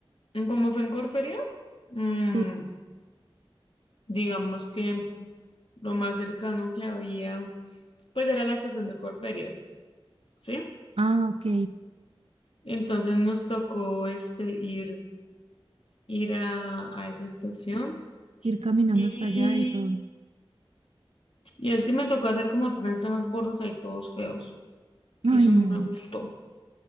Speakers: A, on the left; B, on the right.
A: mm, como fue en Corferias, mm,
B: sí,
A: digamos que lo más cercano que había, pues era la estación de Corferias. ¿sí?
B: Ah, ok,
A: Entonces nos tocó este, ir, ir a, a esa estación
B: ir caminando
A: y,
B: hasta allá y todo.
A: y es que me tocó hacer como tres transbordos ahí todos feos
B: Ay,
A: y eso
B: no.
A: no me gustó.